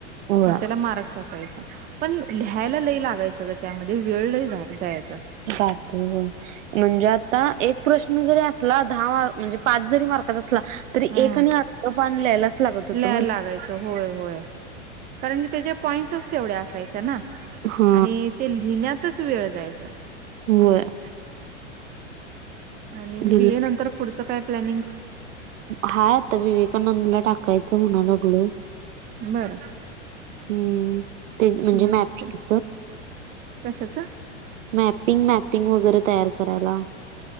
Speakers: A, on the right; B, on the right.
A: होय
B: मग त्याला मार्क्स असायचा. पण लिहायला लई लागायचं तर त्यामध्ये वेळ लई जायचं.
A: जातयं होयं. म्हणजे आता एक प्रश्न जरी असला दहा मार् म्हणजे पाच जरी मार्काचा असला. तरी
B: हम्म
A: एक आणि अर्ध पान ल्यायलाच लागत होतं.
B: लिहायला लागायचं होय होय कारण की त्याच्या पॉईंट्सच तेवढ्या असायच्या ना
A: हा
B: आणि ते लिहिण्यातच वेळ जायचां.
A: व्हयं.
B: आणि
A: लिहिलं
B: बीए नंतर पुढचं काय प्लॅनिंग?
A: हाय आता विवेकानंदला टाकायचं म्हणा लागलोय.
B: बरं.
A: हम्म ते म्हणजे
B: मग
A: मॅपिंगच.
B: कशाच
A: मॅपिंग मॅपिंग वगैरे तयार करायला.